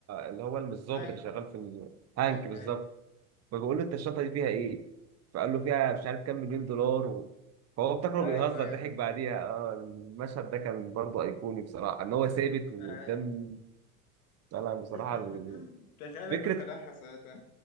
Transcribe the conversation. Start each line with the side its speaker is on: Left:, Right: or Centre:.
Right: اللي هو الظابط
Left: هانك
Right: اللي شغال في ال- هانك
Left: هانك
Right: بالظبط
Left: ايوه
Right: فبيقول له انت الشنطه دي فيها ايه؟ فقال له فيها مش عارف كام مليون دولار و... فهو افتكره
Left: ايوه
Right: بيهزر
Left: ايوه,
Right: ضحك بعديها اه المشهد ده كان برضه ايقوني بصراحه ان هو ثابت وقدام
Left: أيوة.
Right: طالع بصراحه
Left: <laughs>
Right: ال-
Left: تخيل لو
Right: فكرة
Left: كان فتحها ساعتها